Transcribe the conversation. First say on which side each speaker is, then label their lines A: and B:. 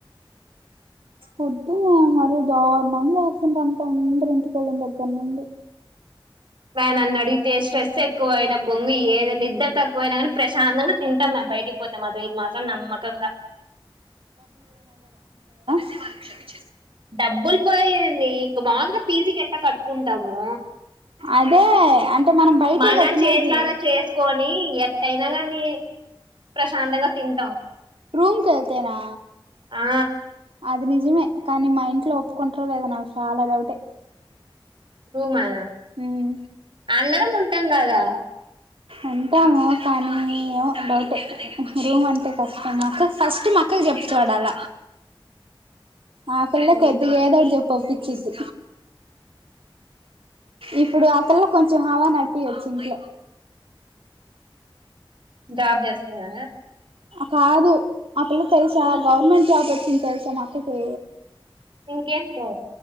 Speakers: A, on the right; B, on the right.
A: వద్దు మరి దారుణం చేస్తుంటంటే అందరు ఎందుకెళ్ళిన దగ్గర నుండి
B: రానన్నడిగితే స్ట్రెస్ ఎక్కువయిన బొంగు ఏమి నిద్ద తక్కువైనా కానీ ప్రశాంతంగా తింటాం మేము బయటికి పోతే మాత్రం ఇది మాత్రం నమ్మకంగా
A: వాళ్ళు క్షమించ
B: డబ్బులు పోయింది ఇంక మాాందుగా పీజీకి ఎట్ట కట్టుకుంటాము
A: అదే అంటే మనం బయటేగా
B: మన
A: తినేది
B: చేతులర చేసుకొని ఎట్టయినా కాని ప్రశాంతంగా తింటాం
A: రూమ్ కెళ్తేనా
B: ఆ
A: అది నిజమే కానీ మా ఇంట్లో ఒప్పుకుంటారు లేదా నాకు చాలా డౌటే
B: రూమా
A: ఉమ్
B: అందరం ఉంటాం కదా
A: ఉంటాము కానీ ఏమో డౌట్ రూమ్ అంటే కష్టం మాకు ఫస్ట్ అక్క కి చెప్పు చూడాల ఆ పిల్ల
B: ఉమ్,
A: కొద్ది ఏదోడు చెప్పు పప్పించిద్ది ఇప్పుడు ఆ పిల్ల కొంచెం హావా నడిపివచ్చు ఇంట్లో
B: జాబ్ చేస్తున్నా
A: కాదు అక్కలు తెలుసా
B: ఉమ్,
A: గవర్మెంట్ జాబ్ ఎ ఇది తెల్సా నా అక్క కి
B: ఇంకేన్ బా